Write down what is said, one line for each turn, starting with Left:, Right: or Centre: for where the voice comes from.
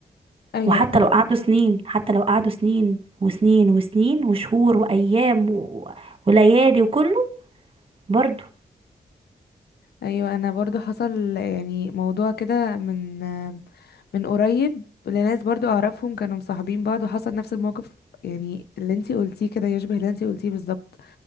Left: ايوه
Right: وحتى لو قعدوا سنين حتى لو قعدوا سنين وسنين وسنين وشهور وايام و... وليالي وكله برضو
Left: ايوه انا برضو حصل يعني موضوع كده من من قريب لناس برضو اعرفهم كانوا مصاحبين بعض وحصل نفس الموقف يعني اللي انتي قلتيه كده يشبه اللي انتي قلتيه بالظبط